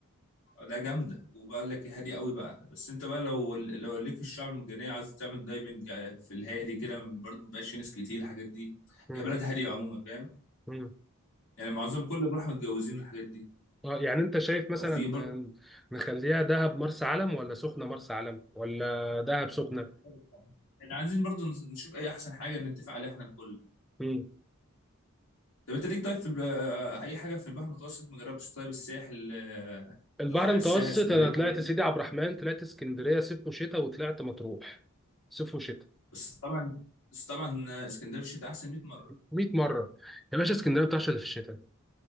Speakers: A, on the left; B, in the centre.
A: لا جامده وبقول لك هادي قوي بقى بس انت بقى لو لو ليك في الشعب المرجانيه عايز تعمل دايفنج آه، في الهادي كده برضه مبقاش في ناس كتير الحاجات دي
B: امم
A: هي بلد هاديه عموما فاهم
B: امم
A: يعني معظم كل اللي بروح متجوزين الحاجات دي
B: اه يعني انت شايف مثلا
A: او في
B: ن-
A: برضه
B: نخليها دهب مرسى علم ولا سخنه مرسى علم ولا دهب سخنه
A: <laughs> احنا عايزين برضه نشوف اي احسن حاجه نتفق عليها احنا الكل
B: امم
A: طب انت ليك طيب في الب... آه، اي حاجه في البحر المتوسط ما جربتش طيب الساحل آه،
B: البحر
A: الساحل
B: المتوسط
A: اسكندريه
B: انا
A: الحاجات
B: طلعت
A: دي
B: سيدي عبد الرحمن طلعت اسكندريه صيف وشتاء وطلعت مطروح صيف وشتاء
A: بس طبعا بس طبعا آه، اسكندريه في الشتاء احسن 100 مره
B: 100 مره يا باشا اسكندريه بتعشق اللي في الشتاء